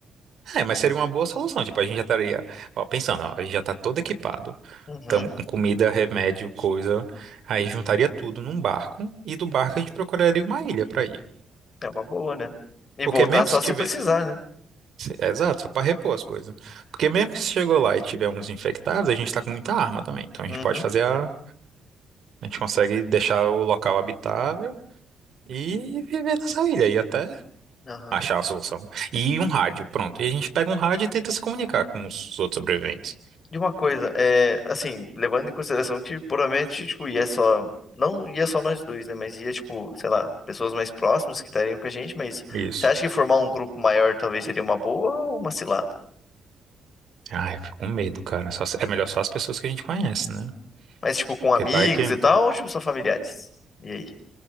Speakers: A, on the right; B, on the left.
A: É, mas seria uma boa solução. Tipo, a gente já estaria. Ó, pensando, ó, a gente já tá todo equipado.
B: Uhum,
A: Estamos com comida, remédio, coisa. Aí juntaria tudo num barco. E do barco a gente procuraria uma ilha pra ir.
B: é uma boa, né? E
A: Porque
B: voltar
A: mesmo
B: só
A: se
B: se
A: tiver.
B: precisar, né?
A: é, Exato, só pra repor as coisas. Porque mesmo que se chegou lá e tiver uns infectados, a gente tá com muita arma também. Então a
B: Uhum.
A: gente pode fazer a. A gente consegue deixar o local habitável. E viver nessa ilha e até
B: aham.
A: achar a solução. E um rádio, pronto. E a gente pega um rádio e tenta se comunicar com os outros sobreviventes.
B: E uma coisa, é, assim, levando em consideração que provavelmente, tipo, ia só, não ia só nós dois, né, mas ia, tipo, sei lá, pessoas mais próximas que estariam com a gente, mas
A: Isso.
B: você acha que formar um grupo maior talvez seria uma boa ou uma cilada?
A: Ai, eu fico com medo, cara. Só se- é melhor só as pessoas que a gente conhece, né?
B: Mas, tipo, com
A: Porque
B: amigos
A: vai que.
B: e tal, ou, tipo, só familiares? E aí?